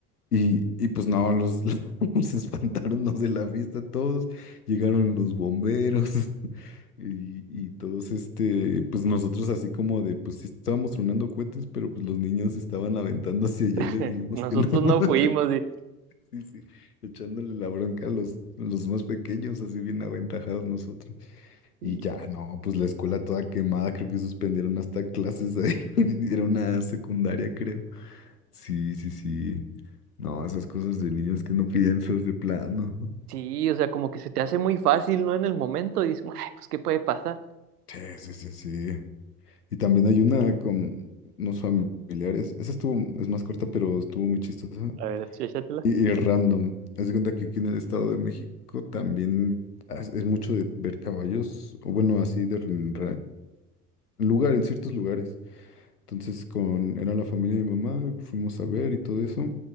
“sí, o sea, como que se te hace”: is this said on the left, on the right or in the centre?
Right